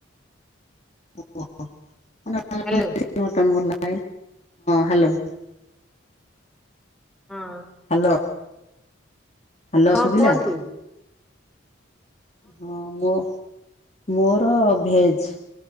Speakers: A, on the left; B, in the centre.
A: <unintelligible>
B: ହ୍ୟାଲୋ।
A: ହଁ ହ୍ୟାଲୋ
B: ହଁ।
A: ହ୍ୟାଲୋ। ହ୍ୟାଲୋ
B: ହଁ
A: ଶୁଭିଲା?
B: କୁହନ୍ତୁ।
A: ହଁ ମୋ ମୋର ଭେଜ